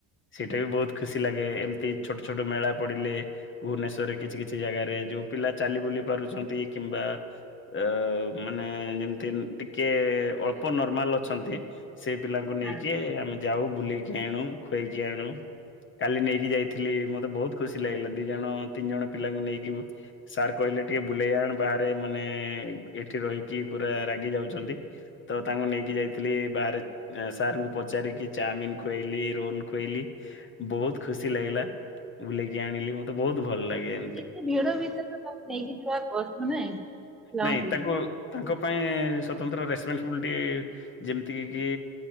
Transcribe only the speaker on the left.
ସେଇଟା ବି ବହୁତ ଖୁସି ଲାଗେ ଏମିତି ଛୋଟ ଛୋଟ ମେଳା ପଡିଲେ ଭୁବନେଶ୍ଵରରେ କିଛି କିଛି ଜାଗାରେ ଯୋଉ ପିଲା ଚାଲି ବୁଲି ପାରୁଚନ୍ତି କିମ୍ବା ଅ ମାନେ ଯେମିତି ଟିକେ ଅଳ୍ପ ନର୍ମାଲ ଅଛନ୍ତି ସେ ପିଲାଙ୍କୁ ନେଇକି
ଆମେ ଯାଉ ବୁଲେଇକି ଆଣୁ ଖୁଏଇକି ଆଣୁ କାଲି ନେଇକି ଯାଇଥିଲି ମତେ ତେ ବହୁତ ଖୁସି ଲାଗିଲା ଦି ଜଣ ତିନି ଜଣ ପିଲାଙ୍କୁ ନେଇକି ସାର୍ କହିଲେ ଟିକେ ବୁଲେଇ ଆଣ ବାହାରେ ମାନେ ଏଠି ରହିକି ପୁରା ରାଗି ଯାଉଚନ୍ତି ତ ତାଙ୍କୁ ନେଇକି ଯାଇଥିଲି ବାହାରେ ସାର୍ ଙ୍କୁ ପଚାରିକି ଚାଉମିିନ୍ ଖୁଆଇଲି ରୋଲ୍ ଖୁଆଇଲି ବହୁତ ଖୁସି ଲାଗିଲା। ବୁଲେଇକି ଆଣିଲି ମତେ ବହୁତ ଭଲ ଲାଗେ ଏମିତି।
ନାଇଁ ତାଙ୍କୁ ତାଙ୍କ ପାଇଁ ସ୍ୱତନ୍ତ୍ର ରେସପନ୍ସିବିଲିଟି ଯେମିତିକ କି